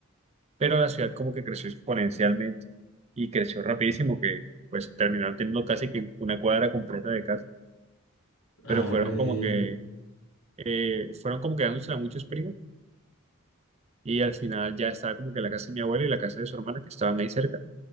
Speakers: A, on the right; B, on the left.
A: pero la ciudad como que creció exponencialmente y creció rapidísimo que pues terminaron teniendo casi que una cuadra completa de casas,
B: ah,
A: pero fueron
B: re
A: como
B: bien.
A: que eh, fueron como quedándose a muchos primos y al final ya estaba como que la casa de mi abuela y la casa de su hermana que estaban ahí cerca